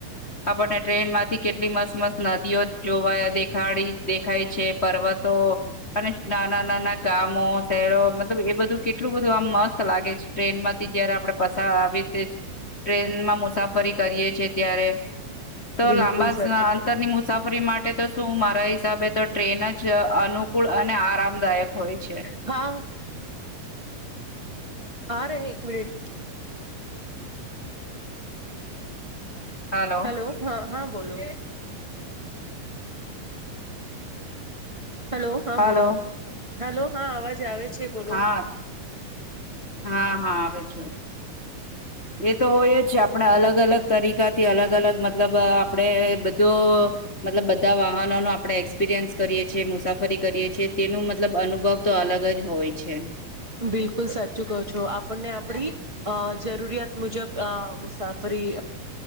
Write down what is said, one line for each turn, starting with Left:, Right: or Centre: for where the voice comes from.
Left: આપણને ટ્રેન માંથી કેટલી મસ્ત મસ્ત નદીઓ જોવા દેખાડી દેખાય છે પર્વતો અને નાના નાના ગામો શહેરો મતલબ એ બધું કેટલું બધું આમ મસ્ત લાગે છે ટ્રેનમાંથી જયારે આપડે પસાર આવી ટ્રેનમાં મુસાફરી કરીએ છ છેએ ત્યારે તો
Right: બિલકુલ
Left: લાંબા
Right: સાચું છે
Left: અંતરની મુસાફરી માટે તો શું મારા હિસાબે તો ટ્રેન જ અનુ કુળ અને આરામદાયક હોય છે
Right: હા આ ર એક મિનિટ
Left: હલો
Right: હેલો હા હા બોલો હલો હા
Left: હલો
Right: બોલો હલો હા અવાજ આવે છે બોલો
Left: હા હા હા આવે છે એ તો હોય જ છે આપણે અલગ અલગ તરીકાથી અલગ અલગ મતલબ આપડે બધો તલ બધા વાહનો ન આપણે એક્સપિરિયન્સ કરીએ છીએ મુસાફરી કરીએ છીએ તેનું મતલબ અનુભવ તો અલગ જ હોય છે
Right: બિલકુલ સાચું કહો છો આપણને આપણી અ જરૂરિયાત મુજબ મુસાફરી